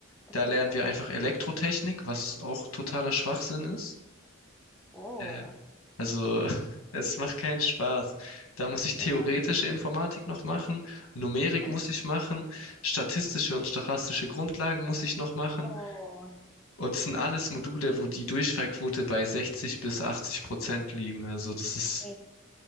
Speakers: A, in the centre; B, on the left.
A: Okay.
B: Da lernen wir einfach Elektrotechnik, was auch totaler Schwachsinn ist.
A: Oh,
B: Ja. Also, <laughs> es macht keinen Spaß. Da muss ich
A: ja.
B: theoretische Informatik noch machen, Numerik
A: <laughs>
B: muss ich machen, statistische und stochastische Grundlagen muss ich noch machen.
A: Oh,
B: Und es sind alles Module, wo die Durchfallquote bei 60 bis 80 Prozent liegen. Also, das ist
A: echt.